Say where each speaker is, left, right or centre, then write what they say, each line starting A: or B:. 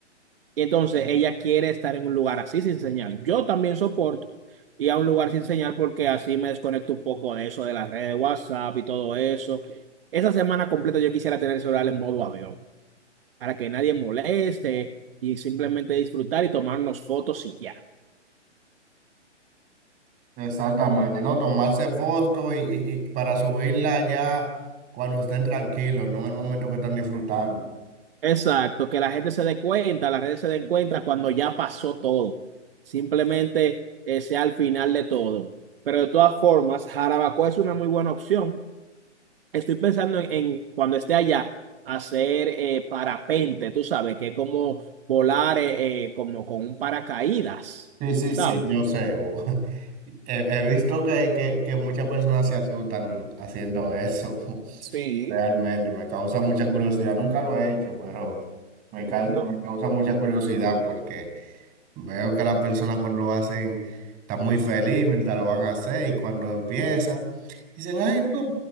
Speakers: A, on the right; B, on the right.
A: Y entonces ella quiere estar en un lugar así sin señal. Yo también soporto ir a un lugar sin señal porque así me desconecto un poco de eso, de las redes de WhatsApp y todo eso. Esa semana completa yo quisiera tener el celular en modo avión, para que nadie moleste y simplemente disfrutar y tomarnos fotos y ya.
B: Exactamente, ¿no? Tomarse fotos y, y- y para subirla ya cuando estén tranquilos, no en el momento que están disfrutando.
A: Exacto, que la gente se dé cuenta, las redes se den cuenta cuando ya pasó todo. Simplemente eh, sea al final de todo. Pero de todas formas, Jarabacoa es una muy buena opción. Estoy pensando en, en cuando esté allá, hacer eh, parapente, tú sabes, que es como volar eh, eh, como con un paracaídas,
B: Sí, sí,
A: ¿sabes?
B: sí, yo sé. bo. <laughs> He, he visto que, que, que muchas personas se asustan haciendo eso. <laughs>
A: Sí,
B: Realmente, me causa mucha curiosidad. Nunca lo he hecho, pero me, cau-
A: No.
B: me causa mucha curiosidad porque Veo que las personas cuando lo hacen están muy feliz mientras lo van a hacer y cuando empiezan, dicen, ay, no,